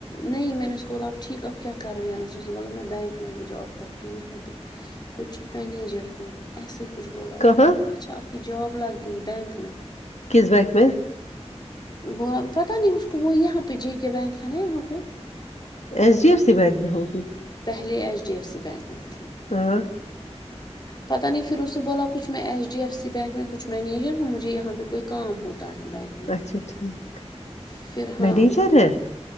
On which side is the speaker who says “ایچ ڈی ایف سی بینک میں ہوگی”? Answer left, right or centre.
Left